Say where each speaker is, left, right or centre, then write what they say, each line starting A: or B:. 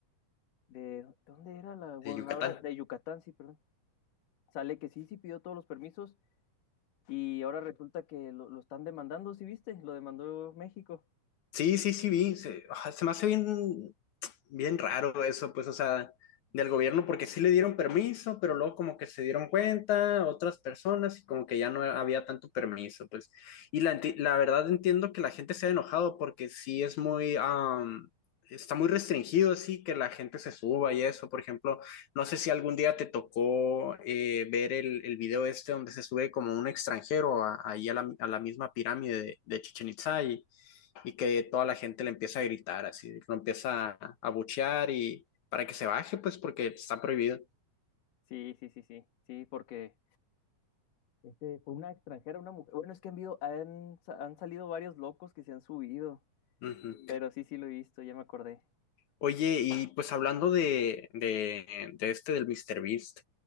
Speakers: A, on the left; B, on the left.
A: de ¿dónde era la gobernadora?
B: De Yucatán.
A: De Yucatán, sí, perdón. Sale que sí, sí pidió todos los permisos y ahora resulta que lo, lo están demandando, ¿sí viste? Lo demandó México.
B: Sí, sí, sí, vi. Se, ah, se me hace bien, bien raro eso, pues, o sea, del gobierno, porque sí le dieron permiso, pero luego como que se dieron cuenta otras personas y como que ya no había tanto permiso, pues. Y la, enti- la verdad entiendo que la gente se ha enojado porque sí es muy, am, está muy restringido, sí, que la gente se suba y eso. Por ejemplo, no sé si algún día te tocó eh, ver el, el video este donde se sube como un extranjero a- ahí a la, a la misma pirámide de, de Chichén Itzá y y que toda la gente le empieza a gritar, así, lo empieza a, abuchear y para que se baje, pues porque está prohibido.
A: Sí, sí, sí, sí, sí, porque, Este, fue una extranjera, una mujer. bueno, es que han, habido- han, sa- han salido varios locos que se han subido,
B: Ujú.
A: pero sí, sí lo he visto, ya me acordé.
B: Oye, y pues hablando de, de, de este del míster Beast,